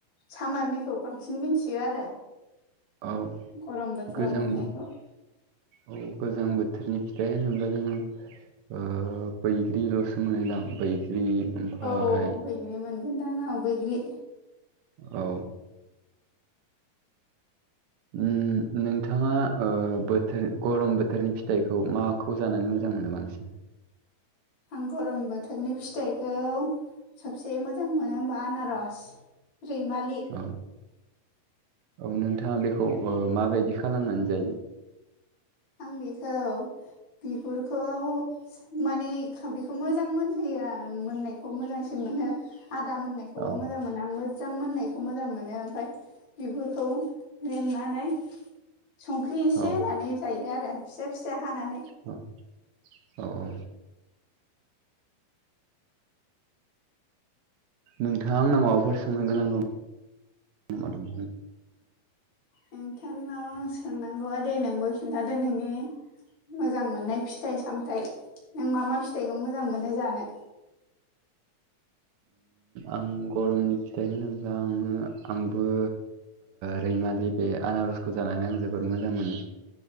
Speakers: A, on the left; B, on the right.
A: सामारनिखौ बांसिन मिथियो आरो
B: औ
A: गरम बोथोराव
B: गोजां
A: मोननायखौ
B: बो- औ गोजां बोथोरनि फिथाइ होनोबोब्ला जोङो ओ बैग्रिल'सो मोनोदां बैग्रि ओमफ्राय
A: औ बैग्रि मोनगोनदां अ बैग्रि
B: औ उम नोंथाङा ओ बोथोर गरम बोथोरनि फिथाइखौ मा माखौ जानानै मोजां मोनो बांसिन?
A: आं गरम बोथोरनि फिथाइखौ सबसे मोजां मोनो होमबा आनारस रिमालि
B: औ औ नोंथाङा बेखौ माबायदि खालामनानै जायो।
A: आं बेखौ बिगुरखौ माने बेखौ मोजां मोनहोयो आरो मोननायखौ मोजांसिन मोनो आदा मोननायखौ थखौबो
B: औ
A: मोजां मोनो आं मोजां मोननायखौ मोजां मोनो ओमफफ्राय बिगुरखौ लेमनानै संख्रि एसे
B: औ
A: होनानै जायो आरो फिसा फिसा हानानै
B: औ औ औ। नोंथाङा आंनाव माबाफोर सोंनो गोनां दं?
A: नोंथांनाव आं सोंनांगौआ दे नोंबो खिन्थादो नोंनि मोजां मोननाय फिथाइ सामथायाइ नों मा मा फिथाइखौ मोजां मोनो जानो
B: आं गरमनि फिथाइ होनोब्ला आङो आंबो रैमालि बे आनारसखौ जानानै आं जोबोर मोजां मोनो